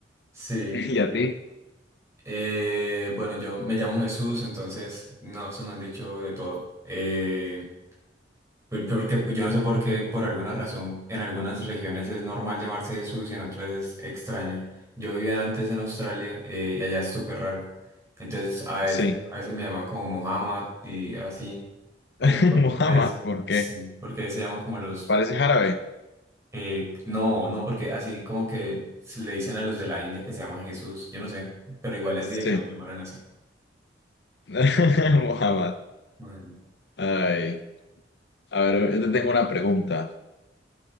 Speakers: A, on the right; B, on the left.
A: Sí.
B: <laughs> ¿Y a ti?
A: Eh, bueno, yo me llamo Jesús, entonces no se me han dicho de todo. Eh, por- porque pues, yo no sé por qué, por alguna razón, en algunas regiones es normal llamarse Jesús y en otras es extraño. Yo vivía antes en Australia eh, y allá es súper raro. Entonces a veces,
B: Sí.
A: a veces me llaman como Muhammad y así. Como,
B: <laughs>
A: pues,
B: Mohamed,
A: es-
B: ¿por qué?
A: sí, porque ahí se llaman como los
B: Parece árabe.
A: Eh, no, no, porque así como que se le dicen a los de la India que se llaman Jesús, yo no sé, pero igual les
B: Sí.
A: dije que no me llamaran así.
B: <laughs> Mohamed.
A: Bueno,
B: Ay. A ver, yo te tengo una pregunta.